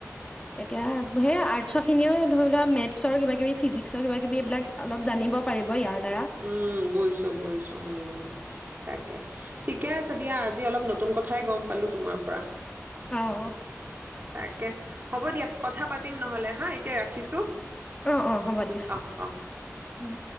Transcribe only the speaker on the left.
এতিয়া হেইয়া আৰ্টছৰ খিনিও ধৰি লোৱা মেটচৰ কিবা, কিবি ফিজিক্সৰ কিবা, কিবি এইবিলাক অলপ জানিব পাৰিব ইয়াৰ দ্বাৰা।
অ', অ',
অ', অ', হ'ব দিয়া
উম।